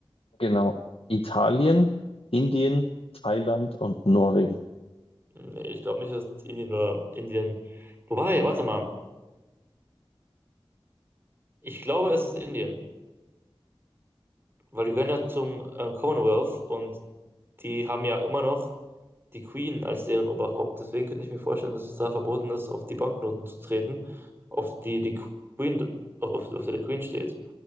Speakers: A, on the left (about 75°); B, on the right (about 25°).
A: Genau. Italien, Indien, Thailand und Norwegen.
B: Nee, ich glaube nicht, dass es Indien oder Indien. Wobei, warte mal. Ich glaube, es ist Indien, weil die gehören ja zum äh, Commonwealth und die haben ja immer noch die Queen als deren Oberhaupt. Deswegen könnte ich mir vorstellen, dass es da verboten ist, auf die Banknoten zu treten, auf die die Queen, auf, auf auf der die Queen steht.